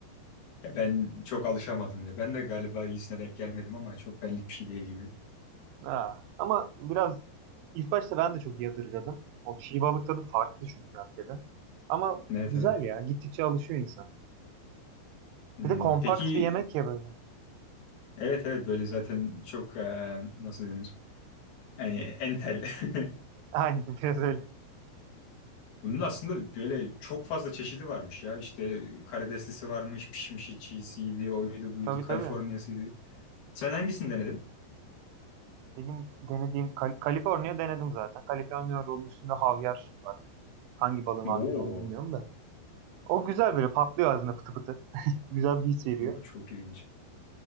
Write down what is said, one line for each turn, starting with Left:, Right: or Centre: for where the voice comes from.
Left: ya ben çok alışamadım ya. Ben de galiba iyisine denk gelmedim ama çok benlik bir şey değil gibi.
Right: Ha. Ama biraz ilk başta ben de çok yadırgadım. O çiğ balık tadı farklı çünkü hakikaten. Ama
Left: Evet
Right: güzel
Left: evet.
Right: ya. Gittikçe alışıyor insan.
Left: Hmm,
Right: Bir de kompakt
Left: Peki
Right: bir yemek ya böyle.
Left: Evet evet böyle zaten çok e, nasıl denir? Yani entel. <laughs>
Right: Aynen <laughs> biraz öyle.
Left: Bunun aslında böyle çok fazla çeşidi varmış ya. İşte karideslisi varmış, pişmişi, çiğsiydi, oydu buydu,
Right: Tabii
Left: Kaliforniyasıydı.
Right: tabii.
Left: Sen hangisini denedin?
Right: Benim denediğim Kal Kaliforniya denedim zaten. Kaliforniya rolun üstünde havyar var. Hangi balığın
Left: Oo,
Right: havyarı onu bilmiyorum da. O güzel böyle patlıyor ağzında pıtı pıtı. Güzel bir his veriyor.
Left: o çok ilginç.